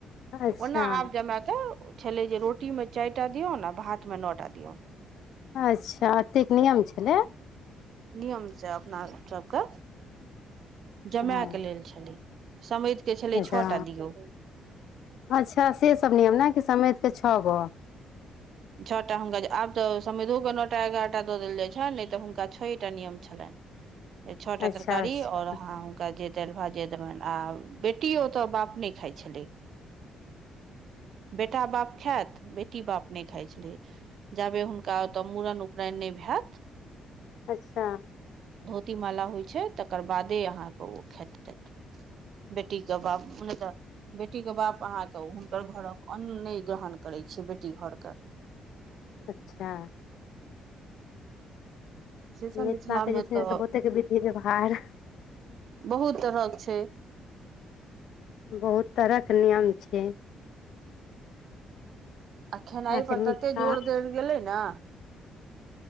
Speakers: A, on the left (about 75°); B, on the right (about 65°).
A: अच्छा
B: ओना आब जमा तऽ छलै जे रोटी मे चारि टा दियऔ ने भात मे नओ टा दियऔ दिऔन
A: अच्छा एतेक नियम छलै
B: नियम छै अपना सभके जमायके
A: हँ
B: लेल छलै समध कऽ छलै
A: अच्छा
B: छः टा दियौ
A: अच्छा सेसभ नियम ने कि समेघ कऽ छओ गो
B: छओटा हुनका आब तऽ समधो के न टा एगारहटा द देल जाइ छै <unintelligible> हुनक छ एटा नियम छलैन छ टा
A: अच्छा
B: तरकारी
A: अच्छा
B: ओर आहा हुनका जे दालि भात जे देबनि आ बेटियो तऽ बाप नहि खाइ छलै बेटा बाप खायत बेटी बाप नहि खाइ छली जाबे हुनका ओतय मूड़न उपनयन नहि भैत
A: अच्छा
B: ती माला होइ छैय तकर बादे अहाँके ओ खेतै बेटी के बाप नहिने तऽ बेटीक के बाप अहाँके हुनकर घरक अन्न नहि ग्रहण कर दय छै बेटी घर केँ
A: अच्छा
B: से सब
A: मिथिला
B: मिथिलामे
A: के जे छै
B: तऽ
A: ने से बहुतेक विधि व्यवहार
B: बहुत तरहक छै
A: बहुत तरह के नियम छै
B: आ खेनाइ
A: आखिर
B: पर‌
A: मिथिला
B: ततेक जोर देल गेलै ने